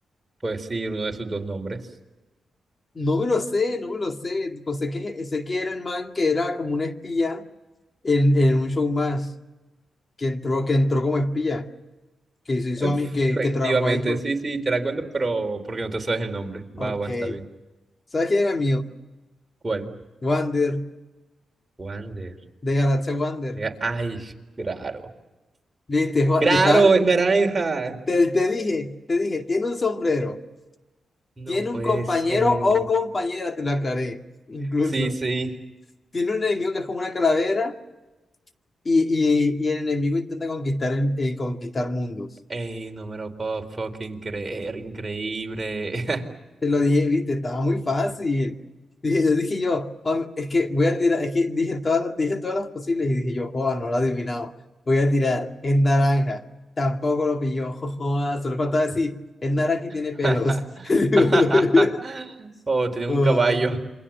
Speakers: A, on the right; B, on the left.
A: Puedes decir uno de sus dos nombres.
B: no me lo sé, no me lo sé. Tipo, sé que, sé que era el man que era como un espía en, en un show más. Que entró, que entró como espía. Que se hizo
A: Efectivamente,
B: a mí, que, que trabajó ahí con...
A: sí, sí, te la cuento, pero porque no te sabes el nombre.
B: Ok.
A: Va, va, está bien.
B: ¿Sabes quién era mío?
A: ¿Cuál?
B: Wander,
A: Wander.
B: de Galaxia Wander.
A: Mira, Ay, claro.
B: Viste, Juan,
A: Claro,
B: y estás,
A: es naranja.
B: te, te dije, te dije, tiene un sombrero,
A: No
B: tiene
A: puede
B: un compañero
A: ser.
B: o compañera, te lo aclaré, incluso.
A: Sí, sí.
B: Tiene un enemigo que es como una calavera y, y, y el enemigo intenta conquistar, el- eh, conquistar mundos.
A: Ey, no me lo puedo fucking creer, increíble.
B: Te lo dije, viste, estaba muy fácil. Dije, yo dije yo, "Juan, es que voy a tirar, es que dije todas, las- dije todas las posibles y dije yo, joda, no lo he adivinado, voy a tirar, es naranja, tampoco lo pilló, <laughs> joda, solo faltaba decir, es naranja y tiene
A: <laughs>
B: pelos. <laughs>
A: Oh, tenía
B: Ah,
A: un caballo.